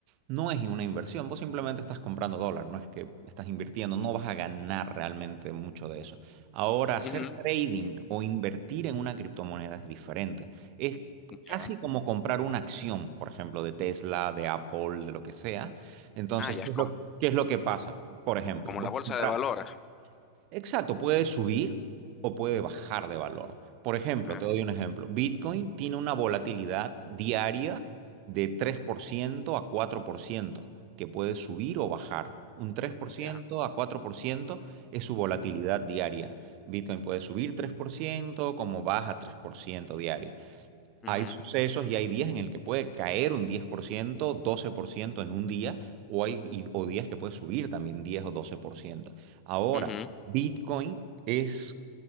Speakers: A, on the right; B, on the left.
A: no es una inversión. Vos simplemente estás comprando dólar, no es que estás invirtiendo, no vas a ganar realmente mucho de eso. Ahora, hacer
B: Ujú,
A: trading o invertir en una criptomoneda es diferente. Es
B: Ya.
A: casi como comprar una acción, por ejemplo, de Tesla, de Apple, de lo que sea entonces,
B: Ah, ya
A: ¿qué
B: es
A: es
B: como,
A: lo, qué es lo que pasa? Por ejemplo,
B: como
A: vos
B: la bolsa
A: comprar,
B: de valores.
A: exacto, puede subir o puede bajar de valor. Por ejemplo,
B: Ah,
A: te doy un ejemplo. Bitcoin tiene una volatilidad diaria de 3% a 4% que puede subir o bajar. Un tres por ciento
B: ya.
A: a 4% es su volatilidad diaria. Bitcoin puede subir 3% como baja 3% diario.
B: Ujú,
A: Hay sucesos y hay días en el que puede caer un diez por ciento, doce por ciento en un día, o hay y- o días que puede subir también 10 o 12%. Ahora,
B: ujú.
A: Bitcoin es